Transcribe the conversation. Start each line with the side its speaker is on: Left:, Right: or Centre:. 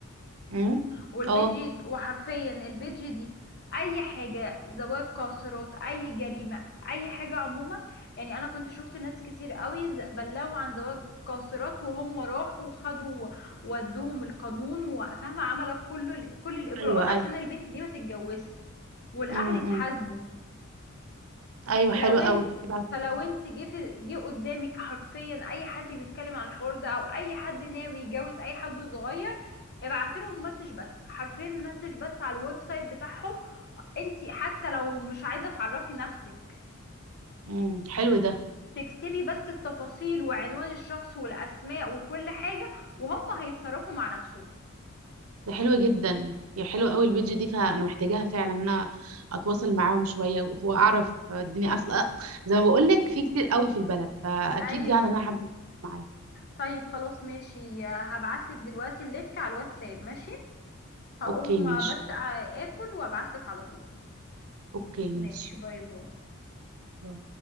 Right: امم
Left: والبيجي
Right: اه
Left: وحرفيا البيجي دي اي حاجه زواج قاصرات اي جريمه اي حاجه عموما يعني انا كنت شفت ناس كتير قوي ز- بلغوا عن زواج قاصرات وهم راحوا وخدوا ودوهم القانون وفاهمه عملوا كل ال- كل الاجراءات
Right: ايوه
Left: عشان
Right: ايوه
Left: البنت دي ما تتجوزش والاهل
Right: امم
Left: اتحاسبوا
Right: ايوه حلو
Left: لو انت
Right: قوي يبعتهولي
Left: فلو انت جه في- جه قدامك حرفيا اي حد بيتكلم عن الحوار ده او اي حد ناوي يتجوز اي حد صغير ابعت لهم مسج بس حرفيا مسج بس على الويب سايت بتاعهم انت حتى لو مش عايزه تعرفي نفسك
Right: امم حلو ده
Left: تكتبي بس التفاصيل وعنوان الشخص والاسماء وكل حاجه وهم هيتصرفوا مع نفسهم
Right: ده حلوة جدا يا حلوة قوي البيج دي فانا محتاجاها فعلا ان انا اتواصل معاهم شوية واعرف الدنيا اصلا زي ما بقول لك في كتير قوي في البلد فاكيد
Left: ايوه
Right: يعني انا حابة أتواصل معاهم
Left: طيب خلاص ماشي هبعتلك دلوقتي اللينك على الواتساب ماشي هقوم
Right: اوكي ماشي
Left: بس اكل وابعتلك على طول
Right: اوكي ماشي
Left: ماشي باي باي
Right: باي.